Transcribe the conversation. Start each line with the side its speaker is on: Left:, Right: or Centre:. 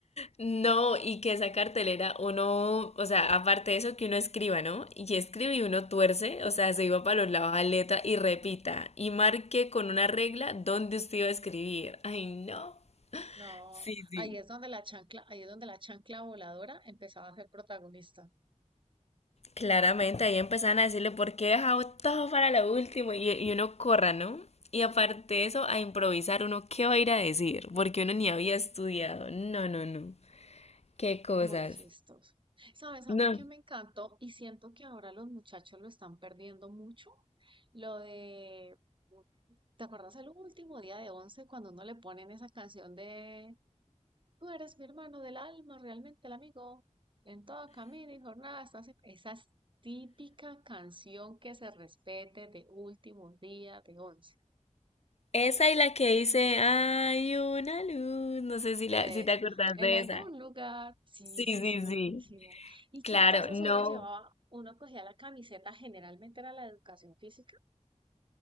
Left: No, y que esa cartelera uno, o sea, aparte de eso que uno escriba, ¿no? Y escribe y uno tuerce, o sea, se iba para los lados a letra y repita y marque con una regla dónde usted iba a escribir. Ay, no.
Right: no,
Left: Sí, sí.
Right: ahí es donde la chancla, ahí es donde la chancla voladora empezaba a ser protagonista.
Left: Claramente ahí empezaban a decirle por qué he dejado todo para lo último y, y uno corra, ¿no? Y aparte de eso, a improvisar uno qué va a ir a decir, porque uno ni había estudiado. No, no, no. Qué cosas.
Right: Muy chistoso. ¿Sabes? A
Left: No.
Right: mí que me encantó y siento que ahora los muchachos lo están perdiendo mucho. Lo de, ¿te acuerdas el último día de once cuando uno le ponen esa canción de Tú eres mi hermano del alma, realmente el amigo. En todo camino y jornada estás. en-". Esa es típica canción que se respete de último día de once.
Left: Esa y la que dice, hay una luz. No sé si,
Right: Es-
Left: la, si te acordás
Right: en
Left: de
Right: algún
Left: esa.
Right: lugar, sí,
Left: Sí,
Right: sí,
Left: sí,
Right: sí, buenísimo.
Left: sí.
Right: Y
Left: Claro,
Right: que entonces
Left: no,
Right: uno llevaba, uno cogía la camiseta, generalmente era la de educación física,